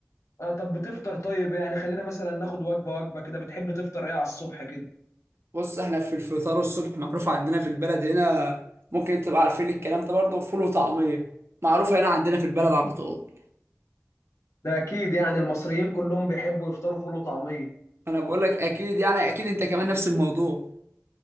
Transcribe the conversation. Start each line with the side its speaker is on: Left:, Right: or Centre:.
Left: اه طب بتفطر طيب ايه؟ يعني خلينا مثلا ناخد وجبة وجبة كده بتحب تفطر ايه على الصبح كده
Right: بص احنا في الفطار الصبح معروف عندنا في البلد هنا ممكن انت تبقى عارفين الكلام ده برضه فول وطعمية معروفة هنا عندنا في البلد على طول
Left: ده اكيد يعني المصريين كلهم بيحبوا يفطروا فول وطعمية
Right: انا بقول لك اكيد يعني اكيد انت كمان نفس الموضوع